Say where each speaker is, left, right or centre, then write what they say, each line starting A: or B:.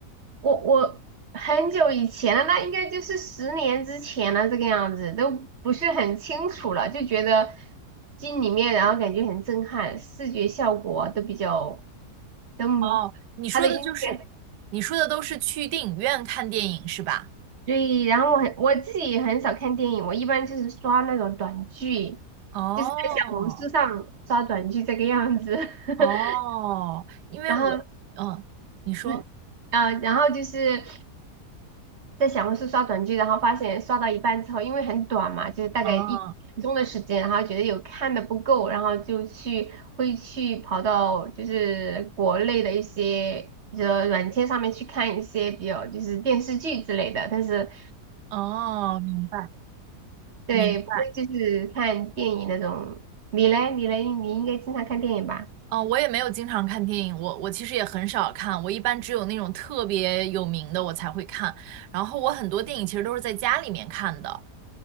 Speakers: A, on the right; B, on the right.
A: 我我很久以前了，那应该就是十年之前了，这个样子都不是很清楚了，就觉得进里面，然后感觉很震撼，视觉效果都比较，都
B: 哦，你说的就是，
A: 他的音乐，
B: 你说的都是去电影院看电影是吧？
A: 对，然后我很我自己也很少看电影，我一般就是刷那种短剧，
B: 哦
A: 就是在小红书上刷短剧这个样子，<laughs>
B: 哦，因为我，
A: 然后
B: 嗯，你说，
A: 嗯啊，然后就是。在小红书刷短剧，然后发现刷到一半之后，因为很短嘛，就是大概一分钟的时间，
B: 哦
A: 然后觉得有看的不够，然后就去会去跑到就是国内的一些比较软件上面去看一些比较就是电视剧之类的，但是
B: 哦，明白
A: 对不会就是看电影那种。
B: 明白。
A: 你嘞，你嘞，你应该经常看电影吧？
B: 嗯，我也没有经常看电影，我我其实也很少看，我一般只有那种特别有名的我才会看。然后我很多电影其实都是在家里面看的，